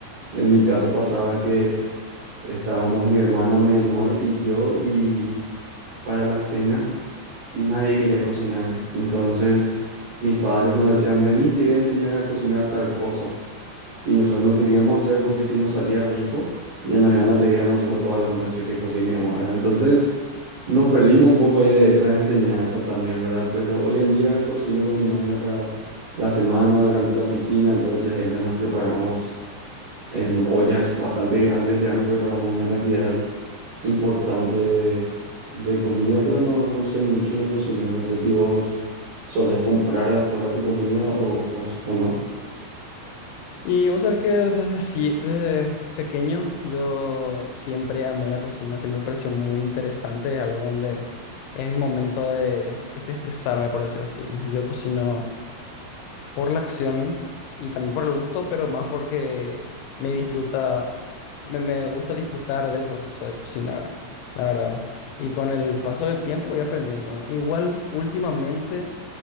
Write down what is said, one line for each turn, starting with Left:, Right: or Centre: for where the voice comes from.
Right: En mi casa pasaba que Estábamos mi hermana menor y yo y para la cena nadie quería cocinar. Entonces mis padres nos decían, vení, te voy a enseñar a cocinar tal cosa. Y nosotros no queríamos hacer porque si nos salía rico, ya nos iban a pedir a nosotros todas las noches que cocinemos, ¿verdad? Entonces nos perdimos un poco ahí de esas enseñanzas también, ¿verdad? Pero hoy en día cocino con mi novia para la semana durante la oficina, entonces ella nos preparamos en ollas bastante grandes, ya nos preparamos una cantidad importante de, de comida, pero no, no sé mucho de cocinar. No sé si vos solés comprar de afuera tu comida o, o, o no.
Left: Y vos sabés que desde, sí- desde pequeño yo siempre amé la cocina, siempre me pareció muy interesante, es algo donde es mi momento de desestresarme, por decir así. Yo cocino por la acción y también por el gusto, pero más porque me disfruta, me, me gusta disfrutar del proceso de cocinar, la verdad. Y con el paso del tiempo voy aprendiendo. Igual, últimamente